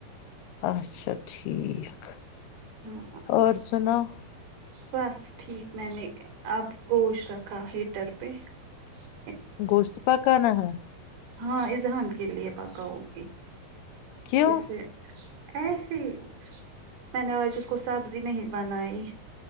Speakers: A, on the left; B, on the right.
A: اچھا ٹھیک
B: ہاں
A: اور سناو
B: بس ٹھیک میں نے اب گوش رکھا کا ہیٹر پہ ج <inaudible>
A: گوشت پکانا ہے
B: ہاں اذہان کے لیے پکاؤگی
A: کیوں
B: اس لیے ایسے ہی میں نے آج اس کو سبزی نہیں بنائی